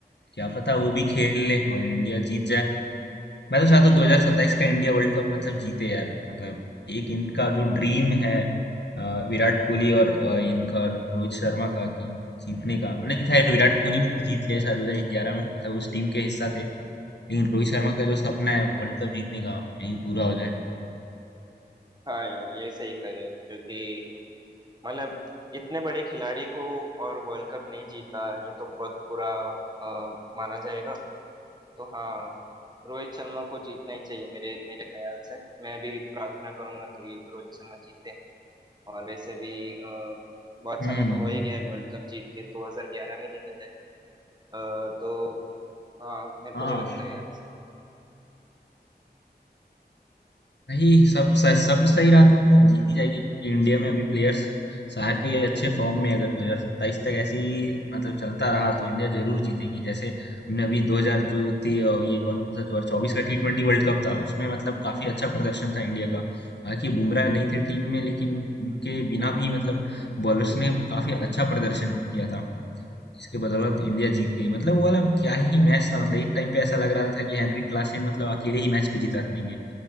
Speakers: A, on the left; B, on the right.
A: क्या पता वो भी खेल ले और इंडिया जीत जाए मैं तो चाहता हूँ 2027 का इंडिया वर्ल्ड कप मतलब जीते यार मतलब एक इनका जो ड्रीम है अ, विराट कोहली और अ, इनका रोहित शर्मा का कि जीतने का मतलब खैर विराट कोहली ने तो जीत लिया शायद 2011 में मतलब उस टीम के हिस्सा थे लेकिन रोहित शर्मा का जो सपना है वर्ल्ड कप जीतने का ये पूरा हो जाए
B: हाँ यार ये सही कर रहे हो क्योंकि मतलब इतने बड़े खिलाड़ी को और वर्ल्ड कप नहीं जीता ये तो बहुत बुरा अ, माना जाएगा तो हाँ रोहित शर्मा को जीतना ही चाहिए मेरे मेरे ख्याल से मैं भी प्रार्थना करूंगा कि रोहित शर्मा जीते और वैसे भी अ, बहुत
A: हम्म
B: समय तो हो ही गया है वर्ल्ड कप जीत के 2011 में जीते थे अ, तो हाँ मेरे
A: हाँ
B: को भी लगता है यार ऐसे
A: नहीं सब स- सब सही रहा तो मतलब जीत ही जाएगी क्योंकि इंडिया में अभी प्लेयर्स सारे ही अच्छे फॉर्म में हैं। अगर 2027 तक ऐसी मतलब चलता रहा तो इंडिया जरूर जीतेगी जैसे हमने अभी 2000 जो थी अ, ये कौन सा 2024 का टी ट्वेंटी वर्ल्ड कप था उसमें मतलब काफी अच्छा प्रदर्शन था इंडिया का हालांकि बुमराह नहीं थे टीम में लेकिन उनके बिना भी मतलब बॉलर्स ने काफी अच्छा प्रदर्शन किया था जिसके बदौलत इंडिया जीत गई मतलब वो वाला क्या ही मैच था मतलब एक टाइम पे ऐसा लग रहा था कि हेनरी क्लासेन मतलब अकेले ही मैच को जिता देंगे